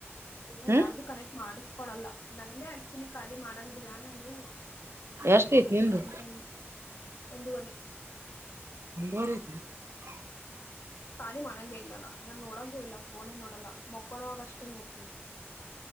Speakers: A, on the left (about 55°); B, on the right (about 70°).
A: ನಾ
B: ಹ್ಮ್
A: ಯಾರ್ದು ಕನೆಕ ಮಾಡಸ್ಕೊಳಲ್ಲಾ ನಂದೇ ಆಕ್ಚುಲಿ ಖಾಲಿ ಮಾಡಂಗಿಲ್ಲ ನಾನು.
B: ಎಷ್ಟ ಐತಿ
A: ಅದುಕ್ಕಂತದ
B: ನಿಂದು
A: ಒಂದು ವರಿ.
B: <unintelligible>
A: ಖಾಲಿ ಮಾಡಂಗೆಲ್ಲಾ ನಾನ್ ನೋಡಂಗ ಇಲ್ಲ ಫೋನೇ ನೋಡಲ್ಲ ಮಕ್ಕೂಳವಾಗ ಅಷ್ಟೇ ನೋಡ್ತೀನಿ.